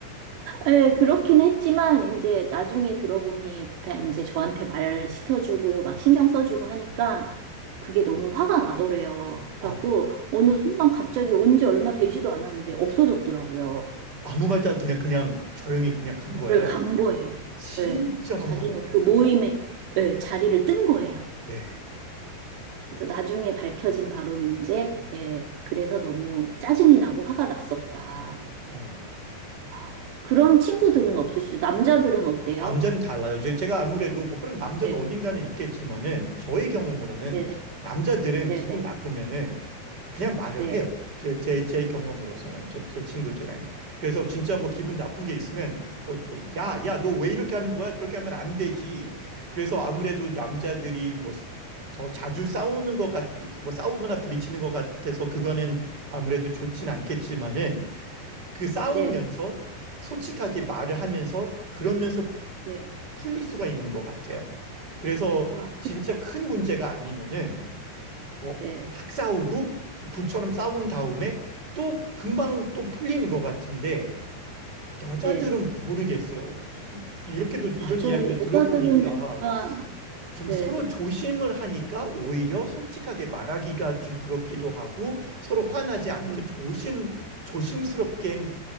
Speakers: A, on the right (about 80°); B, on the right (about 25°).
A: 예, 그렇긴 했지만, 이제 나중에 들어보니 다 이제 저한테 말 시켜주고 막 신경 써주고 하니까 그게 너무 화가 나더래요.
B: 아,
A: 그래갖고 어느 순간 갑자기 온 지 얼마 되지도 않았는데 없어졌더라고요.
B: 아무 말도 안- 그냥, 그냥 조용히 그냥 간 거예요.
A: 그간 거예요.
B: 진짜
A: 네, 자기는
B: 황당했다.
A: 그 모임에 네, 자리를 뜬 거예요.
B: 네.
A: 그래서 나중에 밝혀진 바로는 이제 예, 그래서 너무 짜증이 나고 화가 났었다.
B: 어.
A: 아, 그런 친구들은 없으시죠? 남자들은 어때요?
B: 남자는 달라요. 제- 제가 아무래도 뭐 그런 남자도
A: 네,
B: 어딘가는 있겠지만은 저의 경험으로는
A: 네, 네,
B: 남자들은
A: 네,
B: 기분
A: 네,
B: 나쁘면은 그냥 말을
A: 네,
B: 해요. 제, 제, 제 경험으로서는 제, 제 친구들은 그래서 진짜 뭐 기분 나쁜 게 있으면 뭐, 뭐 야, 야, 너 왜 이렇게 하는 거야? 그렇게 하면 안 되지. 그래서 아무래도 남자들이 뭐 더 자주 싸우는 것 같기, 뭐 싸우거나 부딪히는 것 같아서 그거는 아무래도 좋진 않겠지만은 그 싸우면서
A: 네,
B: 솔직하게 말을 하면서 그러면서
A: 네.
B: 풀릴 수가 있는 것 같아요. 그래서
A: 아,
B: 진짜
A: 그쵸.
B: 큰 문제가 아니면은 뭐
A: 네,
B: 확 싸우고 또 불처럼 싸운 다음에 또 금방 또 풀리는 것 같은데 여자들은
A: 네.
B: 모르겠어요. 이- 이렇게도 이런
A: 맞아요.
B: 이야기를 들어보니까
A: 여자들은 약간,
B: 좀
A: 네,
B: 서로 조심을 하니까 오히려 솔직하게 말하기가 좀 그렇기도 하고 서로 화나지 않게
A: 음,
B: 조심 조심스럽게